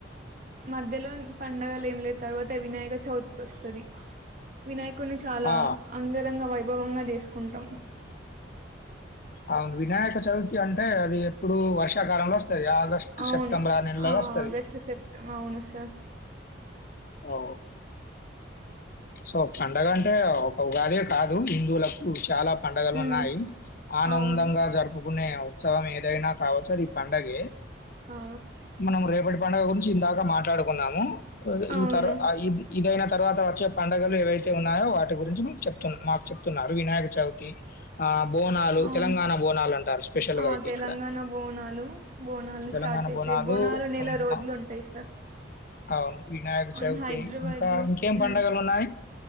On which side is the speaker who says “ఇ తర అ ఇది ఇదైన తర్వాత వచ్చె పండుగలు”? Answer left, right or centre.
Left